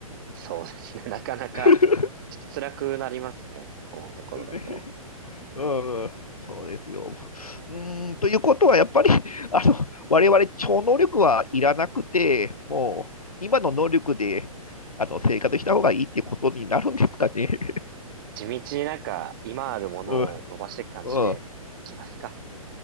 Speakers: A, on the right; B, on the left.
A: そうですね。<laughs> なかなか
B: <laughs>
A: ちょっと辛くなりますね。思うところだと。
B: ねうんそうですよ。うーん、ということは、やっぱり、<laughs> あの、我々超能力はいらなくて、もう、今の能力で、あの、生活した方がいいってことになるんですかね。
A: 地道になんか今あるものを伸ばしていく感じでいきますか。
B: <laughs> うん、うん、